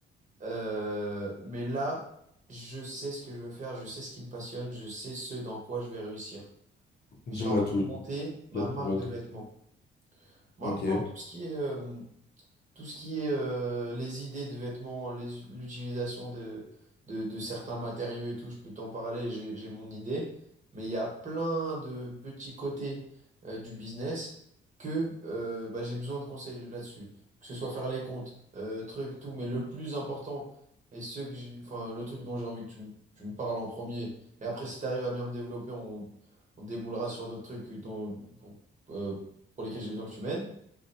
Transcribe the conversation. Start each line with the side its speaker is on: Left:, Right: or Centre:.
Right: Euh, mais là, je sais ce que je veux faire, je sais ce qui me passionne, je sais ce dans quoi je vais réussir.
Left: Dis-moi
Right: J'ai envie
Left: tout.
Right: de
Left: Elie.
Right: monter ma
Left: Bien
Right: marque
Left: sûr, j'attends.
Right: de vêtements. Maintenant,
Left: Ok.
Right: tout ce qui est euh, tout ce qui est euh, les idées de vêtements, les- l'utilisation de, de, de certains matériaux et tout, je peux t'en parler, j'ai, j'ai mon idée. Mais il y a plein de petits côtés euh, du business que euh, bah, j'ai besoin de conseils là-dessus. Que ce soit faire les comptes, euh, trucs, tout. Mais le plus important, et ce que j'ai, enfin, le truc dont j'ai envie que tu, me tu me parles en premier, et après, si tu arrives à bien me développer, on, on déboulera sur d'autres trucs dont, pour, euh, pour lesquels j'ai besoin que tu m'aides.